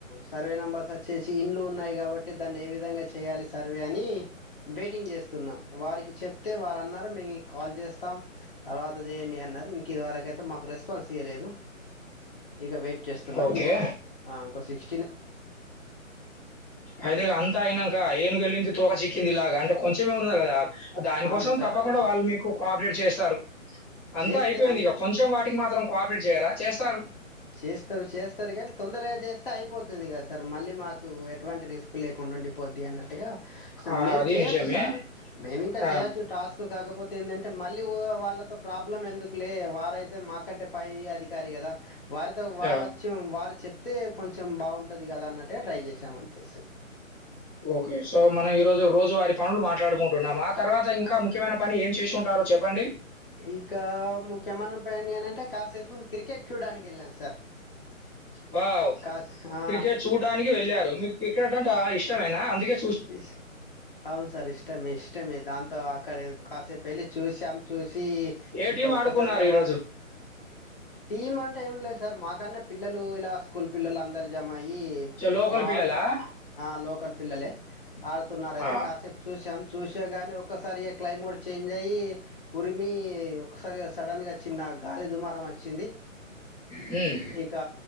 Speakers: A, on the left; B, in the centre.
A: సర్వే నెంబర్స్ వచ్చేసి ఇండ్లు ఉన్నాయి, కాబట్టి దాన్ని ఏ విధంగా చేయాలి సర్వే అని వెయిటింగ్ చేస్తున్నాం, వారికి చెప్తే వారు అన్నారు, మేము కాల్ చేస్తాం తర్వాత చేయండి అన్నారు. ఇంక ఇదివరక అయితే మాకు రెస్పాన్స్ ఇయలేదు. ఇక వెేట్ ఏస్తున్నాం
B: ఓకే
A: ఇంకో ఆ ఇంకో సీక్
B: అయితే ఇగ అంతా అయినాంక ఏనుగెళ్లింత్ తోక చిక్కింది ఇలాగ అంటే కొంచెమే ఉన్నది కదా దానికోసం
A: అవును సార్
B: తప్పకుండా
A: అవును సార్
B: వాళ్ళు మీకు కోఆపరేట్ చేస్తారు, అంతా
A: చేస్తే
B: అయిపోయింది
A: అంటే
B: ఇక కొంచెం వాటికి మాత్రం కోఆపరేట్ చేయరా. చేస్తారు
A: చేస్తారు, చేస్తారు కాని తొందరగా చేస్తే అయిపోతది కదా సార్ మళ్ళీ మాక్. కు ఎటువంటి రిస్క్ లేకుండా ఉండి పొద్ది అన్నట్టుగా స
B: ఆ!
A: మేం
B: అది
A: చేయొచ్చు
B: నిజమే.
A: సార్ మేం ఇంకా
B: ఆ!
A: చేయొచ్చు టాస్క్ కాకపోతే ఎందన్ అంటే మళ్ళీ వో వాళ్ళతో ప్రాబ్లం ఎందుకు లే వారైతే మాకంటే పై అధికారి కదా. వారితో వారచ్చం
B: ఆ!
A: వారి. చెప్తే కొంచెం బాగుంటది గదా అన్నట్టుగా ట్రై చేశాం అంతే.
B: ఓకే సో మనం ఈ రోజు రోజు వారి పనులు మాట్లాడుకు. డున్నామా ఆ తర్వాత ఇంకా
A: ఆ,
B: ముఖ్యమైన పని ఏం చేసి ఉంటారో చెప్. ప్పండి.
A: ఇక ముఖ్యమైన పనినంటే కాసేపు క్రికెట్ చూడడానికి వెళ్ళాను సార్
B: వావ్
A: కాసే ఆ,
B: క్రికెట్ చూడటానికి వెళ్ళారు మీరు క్రికెట్ అంటే ఇష్టమేనా అందుకే
A: ఇస్ అవును సార్ ఇష్టమే ఇష్టమే దాంతో ఇక్కడ కాసేపు వెళ్ళి చూసాం చూసి చి
B: ఏ
A: ఇక
B: టీమ్
A: ఒక్కసారిగా
B: ఆడుకున్నారు ఈరోజు?
A: వా టీమ్ అంటే ఏం లేదు సార్ మాకన్న పిల్లలు ఇలా స్కూల్ పిల్లలు అందరు జమయి ఈ
B: చ లోకల్
A: వాడుత
B: పిల్లలా?
A: ఆ లోకల్ పిల్లలే ఆడుతున్నారు అయితే
B: ఆ!
A: కాసేపు చూసి శమ్ చూసా గానీ ఒక్కసారిగా క్లైమేట్ చేంజ్ అయ్యి ఉరిమీ ఒకసారిగా సడన్గా చిన్న గాలి దుమారం వచ్చింది
B: హ్మ్.
A: ఇక